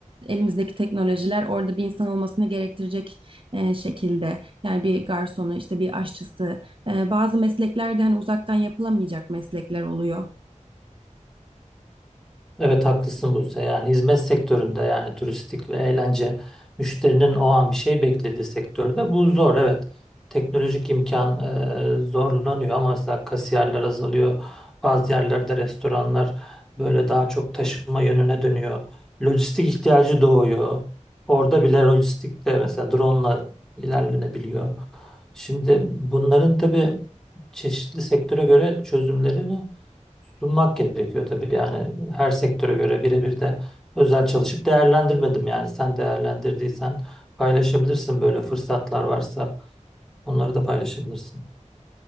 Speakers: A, on the right; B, in the centre.
A: elimizdeki teknolojiler orada bir insan olmasını gerektirecek e, şekilde. Yani bir garsonu işte bir aşçısı e, bazı mesleklerde hani uzaktan yapılamayacak meslekler oluyor.
B: Evet haklısın Buse. Yani hizmet sektöründe yani turistik ve eğlence müşterinin o an bir şey beklediği sektörde bu zor. Evet teknolojik imkan e, zorlanıyor ama mesela kasiyerler azalıyor. Bazı yerlerde restoranlar böyle daha çok taşıma yönüne dönüyor. Lojistik ihtiyacı doğuyor. Orada bile lojistikte mesela drone'la ilerlenebiliyor. Şimdi bunların tabii çeşitli sektöre göre çözümlerini sunmak gerekiyor tabii yani her sektöre göre birebir de özel çalışıp değerlendirmedim yani sen değerlendirdiysen paylaşabilirsin böyle fırsatlar varsa onları da paylaşabilirsin.